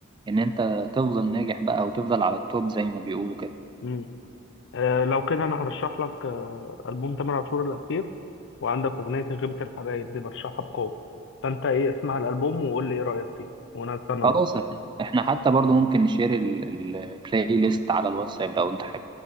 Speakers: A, on the right; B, on the left.
A: ان انت تفضل ناجح بقى وتفضل على التوب زي ما بيقولوا كده
B: امم آه لو كده انا هرشح لك آه البوم تامر عاشور الاخير وعندك اغنية غيبة الحبايب دي برشحها بقوة فانت ايه اسمع الالبوم وقول لي ايه رأيك فيه وانا استنى
A: خلاص
B: رأيك
A: احنا إحنا حتى برضو ممكن نشير البلاي ليست على الواتساب لو انت حابب